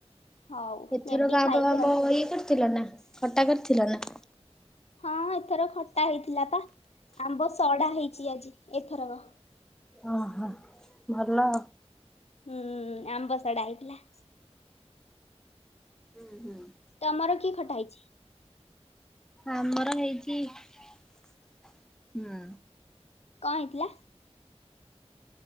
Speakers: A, on the left; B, in the centre.
A: ହଉ
B: ଏଥରକ
A: ନେବି
B: ଆମ୍ବ
A: ଖାଇବୁ
B: ଫାମ୍ବ
A: ଆଉ।
B: ଇଏ କରିଥିଲ ନା ଖଟା କରିଥିଲ ନା?
A: ହଁ ଏଥର ଖଟା ହେଇଥିଲା ପା ଆମ୍ବ ସଢା ହେଇଛି ଆଜି ଏଥରକ।
B: ଓହୋ। ଭଲ।
A: ହୁଁ ଆମ୍ବ ସଢା ହେଇଥିଲା।
B: ହୁଁ ହୁଁ।
A: ତମର କି ଖଟା ହେଇଛି?
B: ଆମର ହେଇଛି ହୁଁ।
A: କଣ ହେଇଥିଲା?